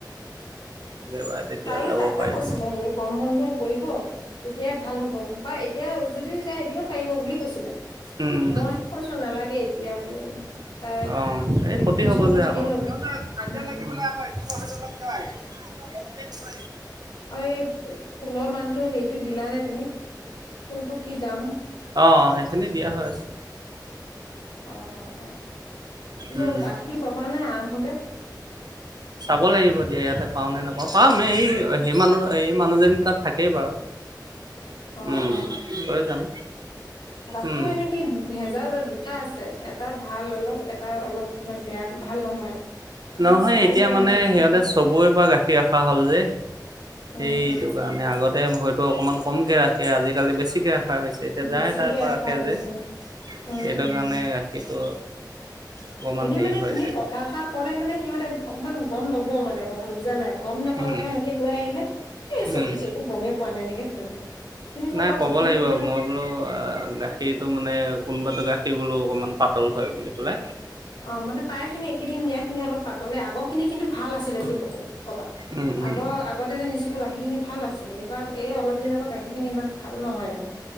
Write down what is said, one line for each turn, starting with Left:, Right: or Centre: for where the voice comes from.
Right: একেবাৰে তেতিয়া
Left: তাইো
Right: যাব
Left: তাকে
Right: পাৰিব।
Left: কৈছিলে সেই গম বন্ধুও পৰিব। তেতিয়া ভাল হ'ব বা এতিয়া যদিও যায় এতিয়াও পাৰিব বুলি কৈছিলে।
Right: উম উম
Left: মইহে কৈছো নালাগে এতিয়া বোলো তাই
Right: অঁ এই ক্ষতি
Left: টিউচনটো
Right: হব যে
Left: ক্ষতি
Right: আক
Left: হ'ব
Right: <unintelligible>
Left: উম অ এই ফু ফুলৰ মানুহটো হেৰিটো দিলা নে তুমি? চোনটো কি দাম
Right: অঁ সেইখিনি দিয়া হৈ আছে।
Left: অ অ অ। এইটো
Right: উম
Left: গাখীৰ পাবা নে আহোঁতে?
Right: শু'ব লাগিব দিয়া ইয়াতে পাওঁ নে নাপাওঁ পাম এ সেই মানৰো এই যেন মানুহ তাত থাক কেইবাৰত
Left: অ
Right: ওম
Left: অ
Right: লৈ যাম।
Left: গাখীৰ
Right: উম
Left: মানে কি ভেজাল দুটা আছে। এট টা ভাল অলপ এটা অলপ মানে বেয়া ভাল নহয়। অকমান
Right: নহয়
Left: চাই
Right: এতিয়া
Left: লৈ আনিবাচোন
Right: মানে সিহঁতে চবৰে পা গাখীৰ এখা এখা ল'ল যে
Left: উম
Right: সেইটো
Left: উম
Right: কাৰণে
Left: উম
Right: আগতে হয়তো অকনমান কমকে ৰাখে আজিকালি বেছিকে ৰাখ খা হৈছে। এতিয়া যাই
Left: বেছিকে
Right: তাৰ পৰা
Left: ৰখা
Right: ৰাখে
Left: হৈছে
Right: যে সেইটো
Left: উম উম
Right: কাৰণে গাখীৰটো অকণমান
Left: এনেই
Right: হেৰি
Left: মানে
Right: হৈ
Left: তুমি
Right: আছে
Left: কথা এষাৰ কলে মানে সিহঁতে অকমান গম ল'ব মানে কথাটো বুজা নাই। গম নেপাওঁ
Right: উম
Left: এনেকে লৈ আহিলে এই চব
Right: উম
Left: একো গমেই পোৱা নাই এনেকে ভাবিব। তুমি ক'বা
Right: নাই ক'ব
Left: প্ৰথম
Right: লাগিব
Left: কেইদিনত
Right: মই বোলো অ গাখীৰটো মানে কোনোবাটো গা সেইবোলো অকমান পাতল হয় বুলি ক'লে।
Left: অ মানে পাইখিনি একেদিন নিয়াখিনি অলপ পাতলে আগৰখিনি কিন্তু ভাল আছিলে বুলি কব কবা।
Right: উম উম
Left: আগৰ আগতে যে নিছিলো গাখীৰখিনি ভাল আছিল। এইবাৰ এই অলপ দিনৰ পৰা গাখীৰখিনি ইমান ভাল নহয় দেখোন।